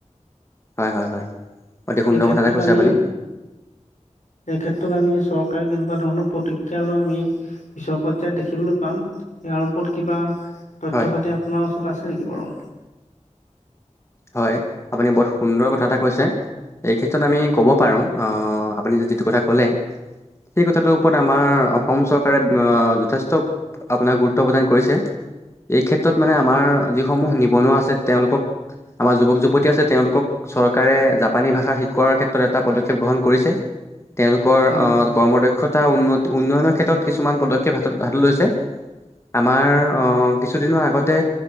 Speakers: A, on the left (about 20°); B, on the left (about 80°).
A: হয়, হয়, হয় অতি সুন্দৰ
B: এই ক্ষেত্ৰত
A: কথা এটা কৈছে
B: আমি
A: আপুনি
B: এই ক্ষেত্ৰত আমি চৰকাৰে কেনেকুৱা ধৰণৰ প্ৰতিক্ৰিয়া লয় আমি পিছৰ পৰ্যায়ত দেখিবলৈ পাম ইয়াৰ ওপৰত কিবা তথ্য
A: হয়
B: পাতি আপোনাৰ ওচৰত আছে নেকি বাৰু
A: হয়, আপুনি বহুত সুন্দৰ কথা এটা কৈছে। এই ক্ষেত্ৰত আমি ক'ব পাৰুং অ আপুনি যিটো কথা ক'লে সেই কথাটোৰ ওপৰত আমাৰ অসম চৰকাৰে অ যথেষ্ট আপোনাক গুৰুত্ব প্ৰদান কৰিছে। এই ক্ষেত্ৰত মানে আমাৰ যিসমূহ নিবনুৱা আছে তেওঁলোকক আমাৰ যুৱক যুৱতী আছে তেওঁলোকক চৰকাৰে জাপানী ভাষা শিকোৱাৰ ক্ষেত্ৰত এটা পদক্ষেপ গ্ৰহণ কৰিছে। তেওঁলোকৰ
B: হয়,
A: অ' কৰ্ম দক্ষতা উন্নত উন্নয়নৰ ক্ষেত্ৰত কিছুমান পদক্ষেপ হাত হাতত লৈছে আমাৰ অ' কিছুদিনৰ আগতে